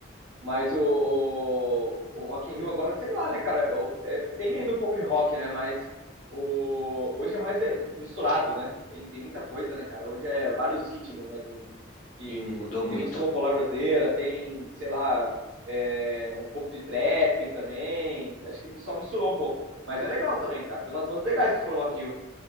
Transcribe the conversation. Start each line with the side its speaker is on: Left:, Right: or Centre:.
Right: Mas o, o, o Rock in Rio agora, sei lá, né, cara? eu- é, tem ainda um pouco de rock, né? Mas o, hoje é mais é, misturado, né? Tem, tem muita coisa, né, cara? Hoje é vários ritmos, né? Que, que
Left: E mudou muito.
Right: tem música popular brasileira, tem, sei lá, é, um pouco de trap também. Acho que o pessoal misturou um pouco. Mas é legal também, cara. Tem umas bandas legais que foram no Rock in Rio